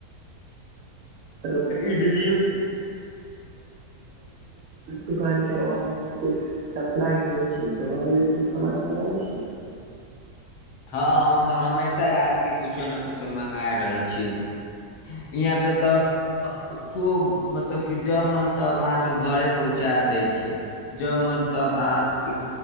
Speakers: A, on the right; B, on the left.
A: <unintelligible>
B: इडलियो
A: दुकान केँ ऑनलाइन सप्लाइ होइत छैक तऽ ऑनलाइन कुछ सामान मंगाइ छि
B: हँ हम तऽ हमेशा रातिकेँ कुछो ने कुछो मङगाबैत रहैत छीक यहाँपे तऽ खूब मतलब कि जब मन तब अहाँके घरे पहुँचा दय छैक जब मन तब अहाँके